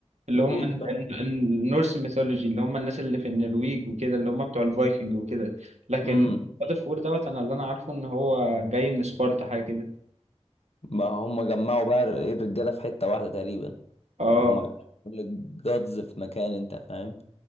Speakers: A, on the right; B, on the left.
A: اللي
B: اغريق
A: هم ال-
B: بقى
A: ال- النورس ميثولوجي اللي هم الناس اللي في النرويج وكده اللي هم بتوع الفايكنج وكده لكن
B: امم
A: God of War دوت انا اللي انا عارفه ان هو جاي من سبارتا حاجة كده
B: ما هم جمعوا بقى الرجاله في حته واحده تقريبا
A: اه
B: يعني هم جمعوا كل الجادز في مكان انت فاهم